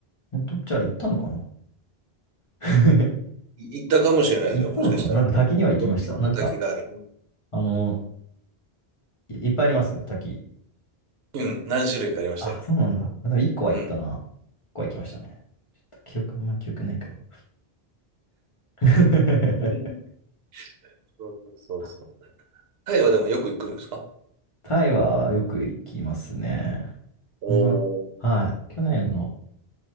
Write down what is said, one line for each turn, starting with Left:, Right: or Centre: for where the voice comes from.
Left: 本当じゃあ行ったのかな <laughs>
Right: い行ったかもしれないですよ、
Left: 行ったのかななんか滝には行きました。
Right: もしかしたら。いろ、いろんな滝がある。
Left: なんか、あの、い、いっぱいあります滝。
Right: うん、うん何種類かありましたよ。
Left: あ、そうなんだ。あでも1個は行ったな。
Right: うん。
Left: 1個は行きましたね。ちょっと記憶、あんまり記憶ないけど。<laughs>
Right: <laughs> そうそうそう。
Left: あ
Right: タイはでもよく行くんですか
Left: タイはよく行きますね。
Right: おー、
Left: まあ、はい。去年の、